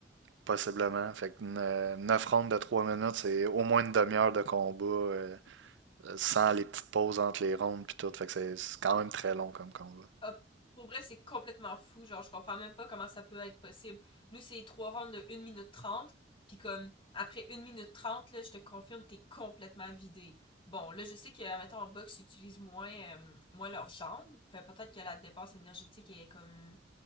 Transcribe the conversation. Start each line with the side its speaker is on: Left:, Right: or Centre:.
Right: Possiblement. Fait que euh, 9 rondes de 3 minutes, c'est au moins une demi-heure de combat euh, sans les petites pauses entre les rondes puis tout. Fait que c'est c'est quand même très long comme combat.
Left: a- pour vrai, c'est complètement fou. Genre, je comprends même pas comment ça peut être possible. Nous, c'est trois rounds de une minute trente Puis comme, après une minute 30 là, je te confirme, t'es complètement vidé. Bon, là, je sais que, admettons, en boxe, ils utilisent moins, euh, moins leurs jambes. Fait peut-être que la dépense énergétique est comme